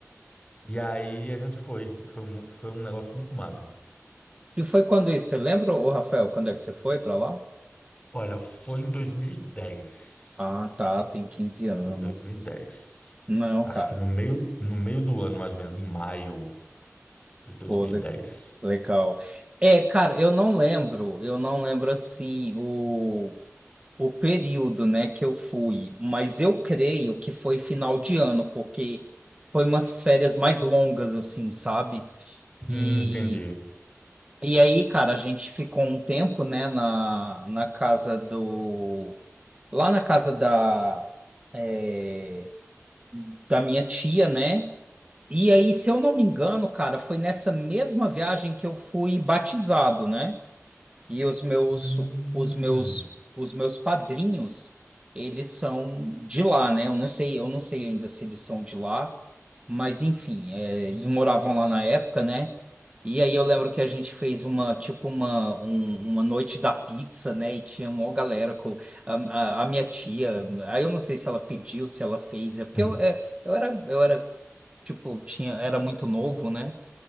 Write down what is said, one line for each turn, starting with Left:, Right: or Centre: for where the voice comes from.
Left: E aí a gente foi, e foi, mu- foi um negócio muito massa.
Right: E foi quando isso? Você lembra, ô, Rafael, quando é que você foi pra lá?
Left: Olha, foi em dois mil e dez
Right: Ah, tá, tem 15 anos.
Left: Foi em dois mil e dez
Right: Não,
Left: Acho
Right: cara.
Left: que no meio, no meio do ano, mais ou menos, em maio de 2010.
Right: Pô, le- legal. É, cara, eu não lembro. Eu não lembro, assim, o... o período, né, que eu fui, mas eu creio que foi final de ano, porque foi umas férias mais longas, assim, sabe?
Left: Hum,
Right: E,
Left: entendi.
Right: e aí, cara, a gente ficou um tempo, né, na, na casa do. Lá na casa da. é, da minha tia, né? E aí, se eu não me engano, cara, foi nessa mesma viagem que eu fui batizado, né? E os meus,
Left: Hum.
Right: os meus, os meus padrinhos, eles são de lá, né? Eu não sei, eu não sei ainda se eles são de lá, mas enfim, é, eles moravam lá na época, né? E aí eu lembro que a gente fez uma, tipo uma, um- uma noite da pizza, né? E tinha uma galera com a, a, a minha tia. Aí eu não sei se ela pediu, se ela fez, é porque
Left: <laughs>
Right: eu, é, eu era, eu era, tipo, tinha, era muito novo, né?